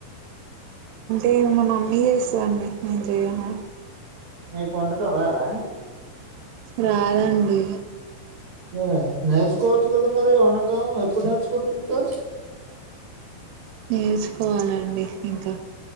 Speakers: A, on the right (about 80°); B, on the right (about 60°).
A: ఎమో మా మమ్మి చేస్తాదండి నేను చేయను
B: మీకు వండటం రాదా
A: రాదండి
B: అరే నేర్చుకోవచ్చు కదా మరి వండటం ఎప్పుడు నేర్చుకుంటు ఉంటావ్
A: నేర్చుకోవాలండి ఇంకా